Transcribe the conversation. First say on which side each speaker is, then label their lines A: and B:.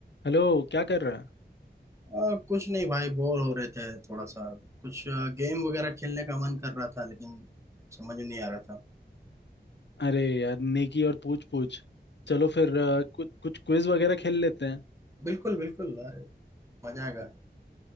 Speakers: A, on the left; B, on the right.
A: Hello क्या कर रहा है
B: आ, कुछ नहीं भाई बोर हो रहे थे थोड़ा सा कुछ गेम वगैरह खेलने का मन कर रहा था लेकिन समझ नहीं आ रहा था
A: अरे यार नेकी और पूछ पूछ चलो फिर अ, कुछ कुछ क्विज वगैरह खेल लेते हैं
B: बिल्कुल बिल्कुल अरे मजा आएगा